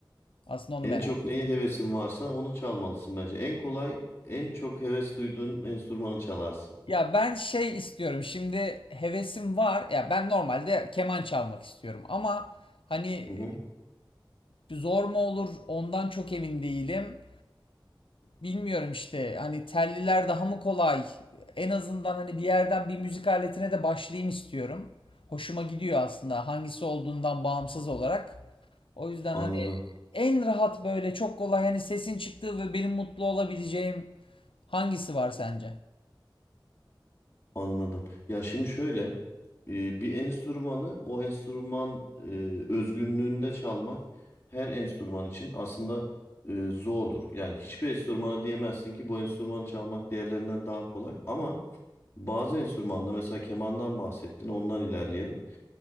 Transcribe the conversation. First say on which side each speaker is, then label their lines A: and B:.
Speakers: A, on the left; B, on the left.
A: Aslında onu
B: En
A: merak.
B: çok neye hevesin varsa onu çalmalısın bence. En kolay, en çok heves duyduğun enstrümanı çalarsın.
A: Ya ben şey istiyorum. Şimdi hevesim var. Ya ben normalde keman çalmak istiyorum ama hani
B: Hı hı,
A: e, zor mu olur ondan çok emin değilim. Bilmiyorum işte hani telliler daha mı kolay? En azından hani bir yerden bir müzik aletine de başlayayım istiyorum. Hoşuma gidiyor aslında hangisi olduğundan bağımsız olarak. O yüzden
B: anladım.
A: hani en rahat böyle çok kolay hani sesin çıktığı ve benim mutlu olabileceğim hangisi var sence?
B: Anladım. Ya şimdi şöyle e, bir enstrümanı o enstrüman e, özgünlüğünde çalmak her enstrüman için aslında e, zordur. Yani hiçbir enstrümana diyemezsin ki bu enstrümanı çalmak diğerlerinden daha kolay. Ama bazı enstrümanda mesela kemandan bahsettin ondan ilerleyelim.